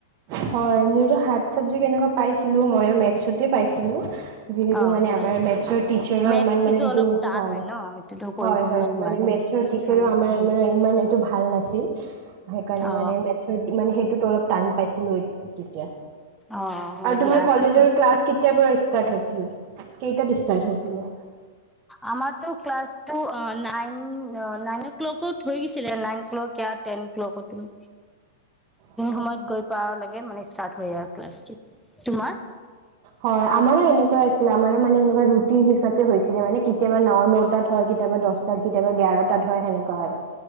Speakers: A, on the right; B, in the centre.
A: হয় মোৰো শাক চব্জি কেনেকুৱা পাইছে ছিলো মইো মেথছতে পাইছিলো যিহেতু
B: অ
A: মানে
B: হয়
A: আমাৰ মে টিচাৰ
B: মেথছটোতো
A: ই মানে
B: অলপ
A: স
B: টান
A: হয়
B: ন সেইটোতো কৰিব
A: হয় হয়
B: ইমান নোৱাৰি
A: মান মেটি
B: হয়
A: আাৰে ইমান এইটো ভাল নাছিল সেইকাৰণে
B: অ
A: মানে মে মানে অলপ টান পাইছিলোঁ তেতিয়া
B: অ হয়
A: আৰু তোমাৰ
B: দিয়া এইটোতো
A: কলেজৰ ক্লাছ কেতিয়াৰ পৰা ষ্টাৰট হৈছিল কেইটাত ষ্টাৰ্ট হৈছিলে
B: আমাৰতো ক্লাছটো নাইন নন অঁ ক্লকত হৈ গছিলে নাইন ক্লক ই টেন ক্ল সেইখিনি
A: আচ্ছা
B: সময়ত গৈ পা লাগে এই মানে ষ্টাৰ্ট হয় আৰু ক্লাছটো। তোমাৰ
A: হয় আমাৰো এনেকুৱা আছিল আমাৰো মানে এনেকুৱা ৰুট ৰুটিন হিচাপে হৈছিলে মানে কেতিয়াবা ন' নটাত হয় কেতিয়াবা দশটাত কেতিয়াবা এঘাৰটাত হয় সেনেকুৱা আৰু।